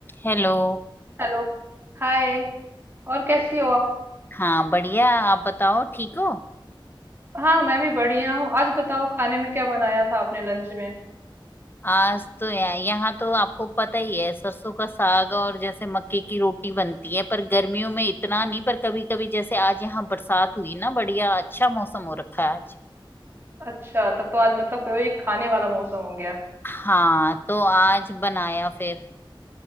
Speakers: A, on the left; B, on the right.
A: Hello
B: हेलो हाय और कैसी हो आप
A: हाँ बढ़िया आप बताओ ठीक हो
B: हाँ मैं भी बढ़िया हूँ आज बताओ खाने में क्या बनाया था आपने लंच में
A: आज तो या, यहाँ तो आपको पता ही है सरसों का साग और जैसे मक्के की रोटी बनती है पर गर्मियों में इतना नहीं पर कभी कभी जैसे आज यहाँ बरसात हुई ना बढ़िया अच्छा मौसम हो रखा है आज
B: अच्छा तब तो आज मतलब कोई खाने वाला मौसम हो गया
A: हाँ तो आज बनाया फिर